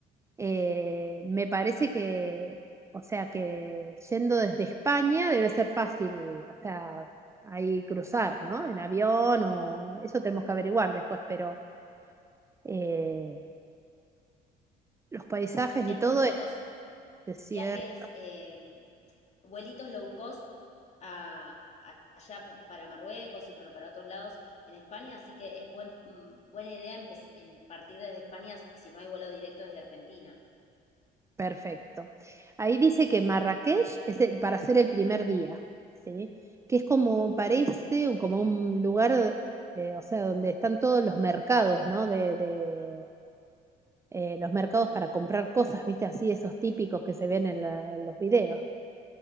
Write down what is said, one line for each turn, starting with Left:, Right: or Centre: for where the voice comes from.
Right: Eh, me parece que, o sea, que yendo desde España debe ser fácil, o sea, ahí cruzar, ¿no? En avión o eso tenemos que averiguar después, pero eh, los paisajes
Left: Hay
Right: y todo
Left: muchos
Right: es desierto.
Left: viajes, eh, vuelitos low cost a, a- allá p- para Marruecos y bueno, para otros lados en España, así que es buen, mm, buena idea empe- em, partir desde España si no hay vuelo directo desde Argentina.
Right: Perfecto. Ahí dice que Marrakech es el- para hacer el primer día, ¿sí? Que es como parece, un- como un lugar, eh, o sea, donde están todos los mercados, ¿no? De, de, eh, los mercados para comprar cosas, ¿viste? Así esos típicos que se ven en, la- en los videos.